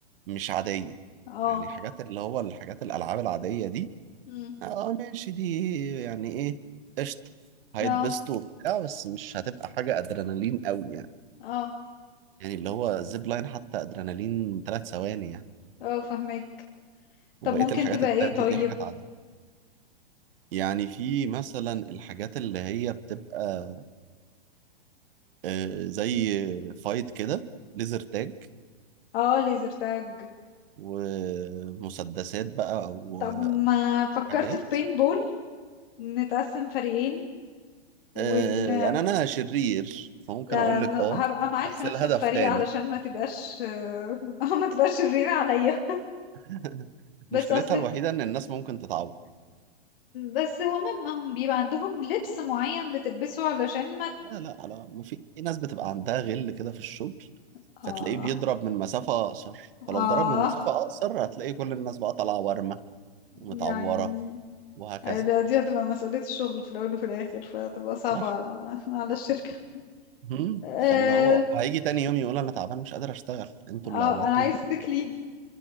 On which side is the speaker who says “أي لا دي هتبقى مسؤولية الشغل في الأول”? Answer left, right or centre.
Left